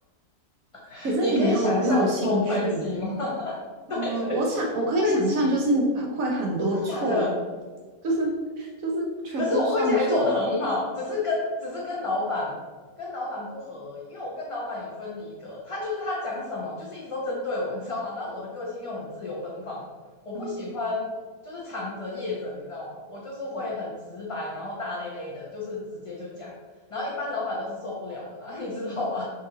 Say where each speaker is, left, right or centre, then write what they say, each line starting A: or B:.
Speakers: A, on the left; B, on the right.
A: <laughs>
B: 可是你没有没有兴趣，
A: 你可以想象我做会计吗？<laughs> 对对，
B: 嗯，我想我可以想象，
A: 我会计，
B: 就是你会很多错，
A: 真的假的？
B: 就是就是全部都算错。
A: 可是我会计还做得很好，只是跟只是跟老板跟老板不合而已，因为我跟老板有分离格，他就是他讲什么就是一直都针对我，你知道吗？然后我的个性又很自由奔放，我不喜欢就是藏着掖着，
B: 嗯，
A: 你知道吗？我就是会很直白，
B: 对，
A: 然后大咧咧的，就是直接就讲，然后一般老板都是受不了的啦，<laughs> 你知道吧？